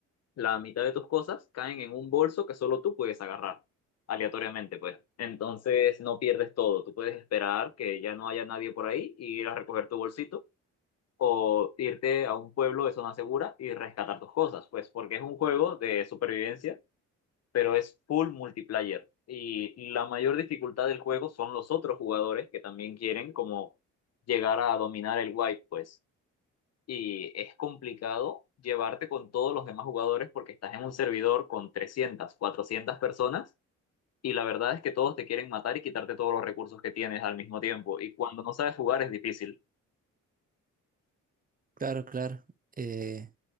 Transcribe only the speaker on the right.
Claro, claro. Eh,